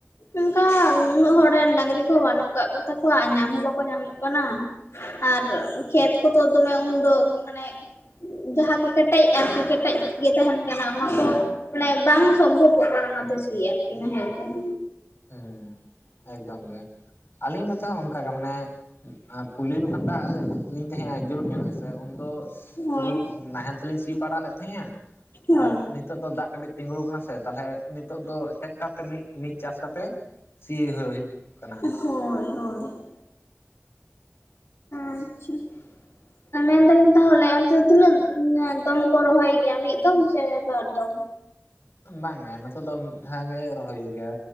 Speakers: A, on the left; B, on the left.
A: ᱩᱝᱠᱟ ᱩᱱᱟᱹᱜ ᱦᱚᱲ ᱨᱮᱱ ᱰᱟᱹᱟᱝᱨᱤ ᱠᱚ ᱵᱟᱹᱱᱩᱜ ᱟᱠᱟᱫ ᱠᱚᱛᱟᱠᱚᱣᱟ ᱟᱨ ᱧᱟᱢ ᱦᱚᱸ ᱵᱟᱠᱚ ᱧᱟᱢᱚᱜ ᱠᱟᱱᱟ᱾ ᱟᱨ ᱠᱷᱮᱛ ᱠᱚᱫᱚ ᱫᱚᱢᱮ ᱩᱱᱫᱚ ᱢᱟᱱᱮ ᱡᱟᱦᱟᱸ ᱠᱚ ᱠᱮᱴᱮᱡ ᱟᱨᱠᱤ ᱠᱮᱴᱮᱡ ᱜᱮ ᱛᱟᱦᱮᱱ ᱠᱟᱱᱟ ᱚᱱᱟᱠᱚ ᱢᱟᱱᱮ ᱵᱟᱝ ᱥᱚᱢᱵᱷᱚᱵᱚᱜ ᱠᱟᱱᱟ ᱚᱱᱟᱛᱮ ᱥᱤ ᱟᱨᱠᱤ ᱱᱟᱦᱮᱞ ᱛᱮ ᱾
B: ᱦᱮᱸ ᱮᱠᱫᱚᱢ ᱜᱮ ᱟᱹᱞᱤᱧ ᱱᱚᱛᱮ ᱦᱚᱸ ᱚᱱᱠᱟᱟᱜ ᱜᱮ ᱢᱟᱱᱮ ᱯᱳᱭᱞᱩ ᱡᱚᱠᱷᱚᱱ ᱫᱟᱜ ᱟᱞᱮ ᱞᱤᱧ ᱛᱟᱦᱮᱸᱜ-ᱟ ᱡᱳᱨ ᱧᱚᱜ ᱦᱮᱸᱥᱮ ᱩᱱᱫᱚ
A: ᱦᱳᱭ
B: ᱥᱩᱫᱩ ᱱᱟᱦᱮᱞ ᱛᱮᱞᱤᱧ ᱥᱤ ᱯᱟᱲᱟ ᱞᱮᱫ ᱛᱟᱦᱮᱸᱜᱼᱟ᱾
A: ᱦᱳᱭ
B: ᱟᱨ ᱱᱤᱛᱳᱜ ᱫᱚ ᱫᱟᱜ ᱠᱟᱹᱴᱤᱡ ᱛᱤᱸᱜᱩ ᱟᱠᱟᱱᱟ ᱥᱮ ᱛᱟᱦᱚᱞᱮ ᱱᱤᱛᱳᱜ ᱫᱚ ᱴᱮᱠᱴᱟᱨ ᱛᱮ ᱢᱤᱜ ᱢᱤᱜ ᱪᱟᱥ ᱠᱟᱛᱮ ᱥᱤ ᱦᱳ ᱦᱩᱭᱩᱜ ᱠᱟᱱᱟ᱾
A: ᱦᱳᱭ ᱦᱳᱭ ᱾ ᱟᱪᱪᱷᱟ ᱟᱞᱮ ᱫᱚ ᱢᱤᱫ ᱫᱷᱟᱣ ᱟᱞᱮ ᱚᱱᱛᱮ ᱛᱤᱱᱟᱹᱜ ᱫᱚᱢ ᱠᱚ ᱨᱚᱦᱚᱭ ᱜᱮᱭᱟ ᱢᱤᱫ ᱫᱚᱢ ᱥᱮ ᱵᱟᱨ ᱫᱚᱢ?
B: ᱵᱟᱝ ᱜᱮ ᱱᱚᱛᱮ ᱫᱚ ᱢᱤᱫ ᱫᱷᱟᱣ ᱜᱮ ᱨᱚᱦᱚᱭ ᱦᱩᱭᱩᱜ ᱜᱮᱭᱟ᱾